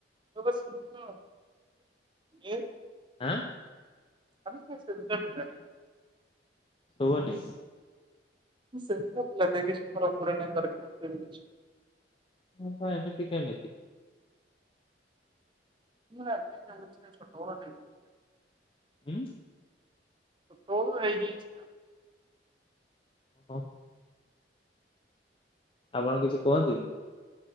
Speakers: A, on the right (about 25°); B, on the left (about 30°).
A: ତ ସେଦିନ ଏ
B: ଆଁ
A: ଆରେ ସେ ସେମିତିଆ ପିଲାଟା।
B: ଶୁଭୁନି।
A: ସେମିତିଆ ପିଲା ସେ କହିଲେ ବି ଫରକ୍ ପଡ଼େନି କିଛି।
B: ହ ତ ଏମିତି କେମିତି।
A: ମୁଁ ଭାବେ ତାହା ହେଲେ ଛୋଟ ବେଳରୁ ଏମିତି।
B: ହୁଁ।
A: ହଉ ହୋଇଯାଇଛି।
B: ଓ ହ। ଆପଣ କିଛି କୁହନ୍ତିନି?